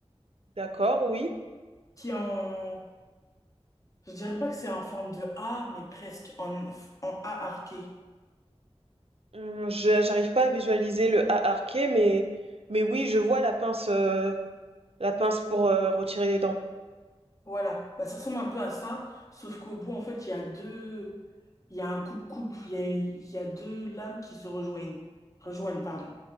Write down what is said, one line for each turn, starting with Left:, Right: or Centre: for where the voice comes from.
Right: D'accord, oui.
Left: qui est en... Je dirais pas que c'est en forme de A, mais presque en, en A arqué.
Right: Hum, je- j'arrive pas à visualiser le A arqué, mais, mais oui, je vois la pince, euh, La pince pour, heu, retirer les dents.
Left: Voilà, bah, ça ressemble un peu à ça, sauf qu'au bout, en fait, il y a deux, il y a un couple-couple, il y a, il y a deux lames qui se rejoignent, rejoignent, pardon.